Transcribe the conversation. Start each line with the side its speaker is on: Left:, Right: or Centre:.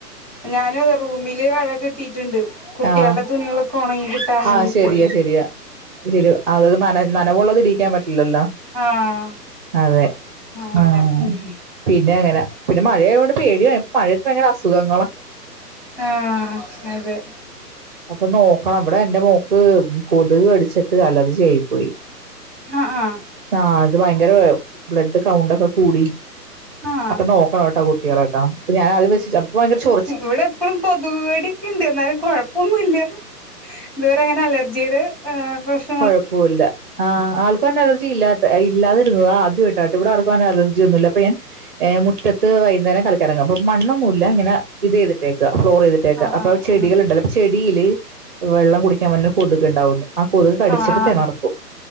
Centre: ഞാനു അതെ റൂമില് അഴ കെട്ടിട്ട്ണ്ട് കുട്ടികൾടെ
Right: ആഹ്
Centre: തുണികളൊക്കെ ഒണങ്ങി കിട്ടാൻ വേണ്ടിട്ട്
Right: ആഹ് ശരിയാ ശരിയാ ശരി അത് നന നനവുള്ളതിടിക്കാൻ പറ്റില്ലല്ലോ
Centre: ആഹ്
Right: അതെ
Centre: അങ്ങനെ
Right: ആഹ്
Centre: ഉം
Right: പിന്നെ അങ്ങനെ പിന്നെ മഴയയൊണ്ട് പേടിയ മഴയത്ത് ഭയങ്കര അസുഖങ്ങ
Centre: ആഹ് അതെ
Right: അപ്പ നോക്കണം ഇവടെ എന്റെ മോക്ക് കൊതുക് കടിച്ചിട്ട് അലർജി ആയി പോയി
Centre: ആഹ് ആഹ്
Right: ആഹ് അത് ഭയങ്കര ബ്ലഡ് കൗണ്ടക്കെ കൂടി
Centre: ആഹ്
Right: അപ്പ നോക്കണം കേട്ടാ കുട്ടികളൊക്കെ അപ്പം ഞാൻ ആദ്യം <unintelligible> അവക്ക് ഭയങ്കര ചൊ
Centre: ഇവടെ എപ്പഴും കൊതുകടിക്കെണ്ട് എന്നാലും കൊഴപ്പൊന്നുല്ല ഇതുവരെ അങ്ങനെ അലർജിടെ ഏഹ് പ്രശ്ന
Right: കൊഴപ്പോവില്ല ആഹ് <unintelligible> അലർജില്ല ഇല്ലാതിരുന്നത് ആദ്യായിട്ട് ആട്ടോ ഇവടെ ആർക്കും അങ്ങനെ അലജി ഒന്നുവില്ല അപ്പ ഞാൻ ഏഹ് മുറ്റത്ത് വൈകുന്നേരം കളിക്കിറങ്ങും അപ്പോ മണ്ണൊന്നുവില്ല ഇങ്ങനെ ഇത് ചെയ്തിട്ടേക്കാ ഫ്ലോർ ചെയ്തിട്ടേക്കാ
Centre: ആഹ്
Right: അപ്പ
Centre: ആഹ്
Right: ചെടികൾണ്ടല്ല ചെടില് വെള്ളം കുടിക്കാൻ വരണ കൊതുക് ഇണ്ടാവുന്ന് ആഹ് കൊതുക് കടിച്ചിട്ട്
Centre: ആഹ് ആഹ്
Right: തെണർക്കും